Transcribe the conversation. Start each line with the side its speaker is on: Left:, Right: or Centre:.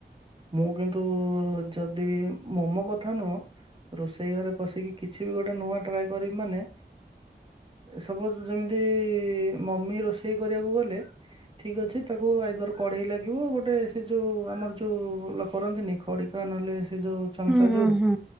Right: ମୁଁ କିନ୍ତୁ ଯଦି ମୋମୋ କଥା ନୁହଁ ରୋଷେଇ ଘରେ ପଶିକି କିଛି ବି ଗୋଟେ ନୂଆ ଟ୍ରାଏ କରିବ ମାନେ ସପୋଜ ଯେମିତି ମମି ରୋଷେଇ କରିବାକୁ ଗଲେ ଠିକ୍ ଅଛି ତାକୁ ଆଇଦର କଢେଇ ଲାଗିବ ଗୋଟେ ସେ ଯୋଉ ଆମର ଯୋଉ କରନ୍ତିନି ଖଡ଼ିକା ନହେଲେ ସେ ଯୋଉ ଚାମଚା
Centre: ହୁଁ ହୁଁ
Right: ଯୋଉ
Centre: ହୁଁ